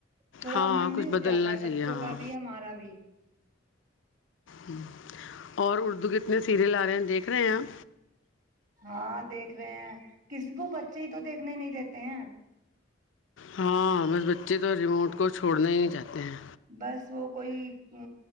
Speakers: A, on the right; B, on the left.
A: تھوڑا
B: ہاں
A: من
B: کچھ
A: بھی
B: بدلنا
A: اگ جاتا ہے
B: چاہیے
A: بچوں
B: ہاں
A: کا بھی ہمارا بھی
B: ہ اور اردو کتنے سیریل آ رہے ہیں دیکھ رہے ہیں آپ
A: ہاں دیکھ رہے ہیں کسب بچے ہی تو دیکھنے نہیں دیتے ہیں
B: ہاں بس بچے تو ریموٹ کو چھوڑنا ہی چاہتے ہیں
A: بس وہ کوئی ا